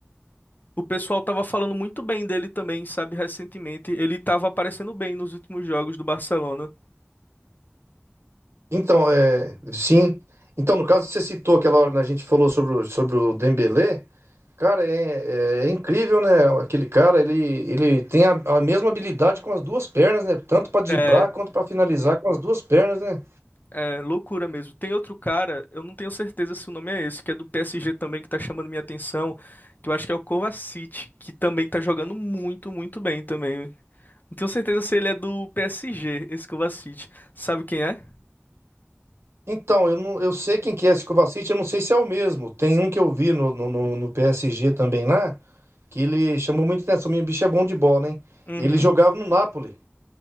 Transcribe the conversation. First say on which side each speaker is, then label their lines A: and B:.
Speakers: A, on the left (about 45°); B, on the right (about 75°).
A: o pessoal tava falando muito bem dele também, sabe, recentemente. Ele tava aparecendo bem nos últimos jogos do Barcelona.
B: Então, é, sim. Então, no caso, você citou aquela hora que a gente falou sobre o, sobre o Dembélé. Cara, é, é é incrível, né? Aquele cara, ele, ele tem a, a mesma habilidade com as duas pernas, né? Tanto para driblar
A: É,
B: quanto para finalizar com as duas pernas, né?
A: é loucura mesmo. Tem outro cara, eu não tenho certeza se o nome é esse, que é do PSG também, que tá chamando minha atenção, que eu acho que é o Kovacic, que também tá jogando muito, muito bem também. Não tenho certeza se ele é do PSG, esse Kovacic. Sabe quem é?
B: Então, eu, não, eu sei quem que é esse Kovacic, eu não sei se é o mesmo. Tem um que eu vi no, no, no- no PSG também lá, que ele chamou muita atenção. O bicho é bom de bola, hein?
A: Uhum.
B: Ele jogava no Napoli.